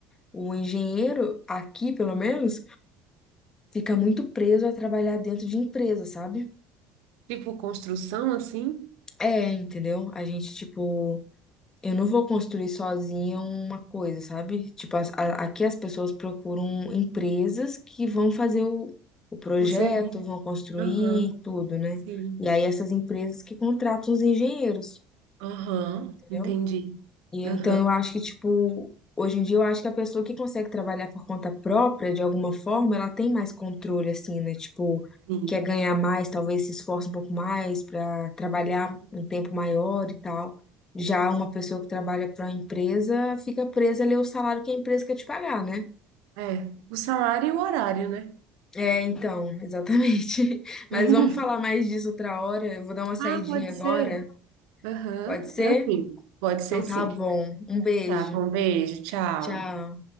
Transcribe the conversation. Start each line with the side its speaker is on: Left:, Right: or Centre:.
Left: O engenheiro, aqui pelo menos, fica muito preso a trabalhar dentro de empresa, sabe?
Right: tipo, construção, assim,
Left: É, entendeu? A gente, tipo, eu não vou construir sozinha uma coisa, sabe? Tipo, as- a- aqui as pessoas procuram empresas que vão fazer o, o projeto,
Right: o serviço.
Left: vão construir
Right: Aham,
Left: tudo, né?
Right: sim.
Left: E aí essas empresas que contratam os engenheiros,
Right: Aham,
Left: entendeu?
Right: entendi.
Left: E eu-
Right: Aham,
Left: então eu acho que, tipo, hoje em dia eu acho que a pessoa que consegue trabalhar por conta própria, de alguma forma, ela tem mais controle, assim, né? Tipo,
Right: sim.
Left: quer ganhar mais, talvez se esforce um pouco mais para trabalhar
Right: Uhum,
Left: um tempo maior e tal. Já
Right: sim.
Left: uma pessoa que trabalha para uma empresa fica presa ali ao salário que a empresa quer te pagar, né?
Right: É, o salário e o horário, né?
Left: É, então, exatamente. <laughs> Mas
Right: <laughs>
Left: vamos falar mais disso outra hora. Eu vou dar uma saidinha
Right: Ah, pode
Left: agora,
Right: ser. Aham,
Left: pode ser?
Right: tranquilo. Pode ser
Left: Então tá
Right: sim.
Left: bom. Um beijo.
Right: Tá bom, beijo, tchau.
Left: Tchau.